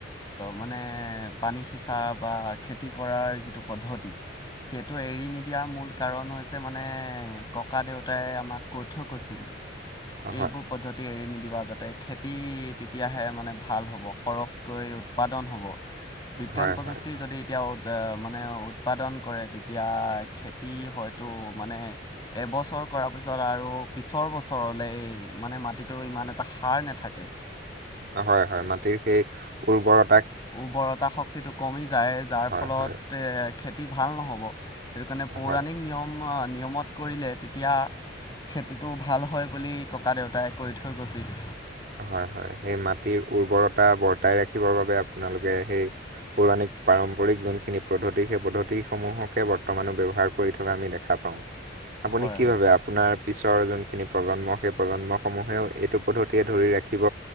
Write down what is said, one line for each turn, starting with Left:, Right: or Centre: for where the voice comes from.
Left: মানে পানী সিঁচা বা খেতি কৰাৰ। যিটো পদ্ধতি সেইটো এৰি নিদিয়াৰ মূল কাৰণ হৈছে মানে ককাদেউতাই এ আমাক কৈ থৈ গৈছিল এইবোৰ
Right: হয়।
Left: পদ্ধতি এৰি নিদিবা যাতে খেতি তেতিয়াহে মানে ভাল হ'ব সৰহকৈ উৎপাদন হ'ব। বিজ্ঞান
Right: হয়
Left: প্ৰযুক্তিৰ
Right: হয়
Left: যদি এতিয়াও মানে উৎপাদন কৰে তেতিয়া খেতি হয়তো মানে এবছৰ কৰাৰ পিছত আৰু পিছৰ বছৰলে এই মানে মাটিত টো ইমান এটা সাৰ নাথাকে
Right: হয় হয়। মাটিৰ সেই উৰ্বৰ
Left: উৰ্বৰতা শক্তিটো কমি যায় যাৰ
Right: হয়
Left: ফলত
Right: হয়
Left: খেতি ভাল নহ'ব সেইটো কাৰণে পৌৰাণিক
Right: হয়
Left: নিয়ম নিয়মত কৰিলে তেতিয়া খেতিটো ভাল হয় বুলি ককাদেউতাই কৈ থৈ গৈছিল।
Right: হয় হয় সেই মাটিৰ উৰ্বৰতা বৰ্তাই ৰাখিবৰ বাবে আপোনালোকে সেই পৌৰাণিক পাৰম্পৰিক যোনখিনি পদ্ধতি, সেই পদ্ধতিসমূহকে বৰ্তমানো ব্যৱহাৰ কৰি থকা আমি দেখা পাওঁ। আপুনি
Left: হয়
Right: কি
Left: হয়
Right: ভাবে আপোনাৰ পিছৰ যোনখিনি প্ৰজন্ম সেই প্ৰজন্মসমূহেও এইটো পদ্ধতিয়ে ধৰি ৰাখিব।